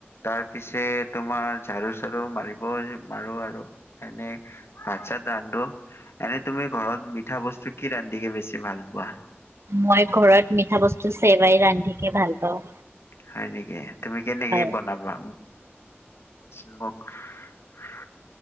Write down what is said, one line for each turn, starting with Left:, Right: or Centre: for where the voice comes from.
Left: তাৰ পিছে তোমাৰ ঝাৰু চাৰু মাৰিবও মাৰো আৰু এনে ভাত চাত ৰান্ধো। এনেই তুমি ঘৰত বস্তু কি ৰান্ধিকে বেছি ভাল পোৱা?
Right: মই ঘৰত মিঠা বস্তু চেৱাই ৰান্ধিকে ভাল পাওঁ।
Left: হয় নেকি। তুমি কেনেকে
Right: হয়,
Left: বনাবা? <unintelligible>